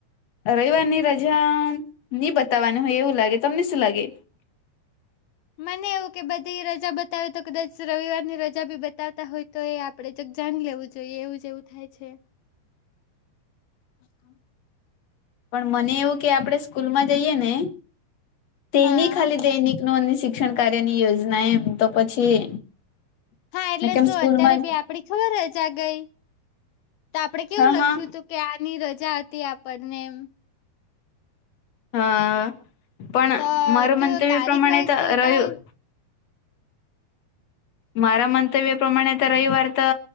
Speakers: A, on the left; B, on the left.
A: અહ રવિવારની રજા નની બતાવવાની હોય એવું લાગે તમને શું લાગે?
B: મને એવું કે બધી રજા બતાવે તો કદાચ રવિવાર ની રજા બી બતાવતા હોય તો એ આપડે જગ જાણી લેવું જોઈએ એવું જવું થાય છે. <inaudible>
A: પણ મને એવું કે આપડે સ્કૂલ માં જઈએ ને તેની
B: હા
A: ખાલી દૈનિક ની નું અને શી શિક્ષણ કાર્ય ની યોજના એમ તો પછી
B: આ એટલે
A: મેં કેમ
B: શું
A: સ્કૂલમાં
B: અત્યારે બી આપડી ખબર રજા આ ગઈ તો આપડે કેવું
A: હા
B: લખ્યું
A: હા
B: તું કે આની કરજા હતી આપણને એમ.
A: હા પણ
B: તો
A: મારું
B: જો
A: મન તો
B: તારીખ
A: એ પ્રમાણે
B: વાઈસ
A: તો
B: જોતા
A: રહ્યું
B: હોય
A: મારા મંતવ્ય પ્રમાણે તો રવિવાર તો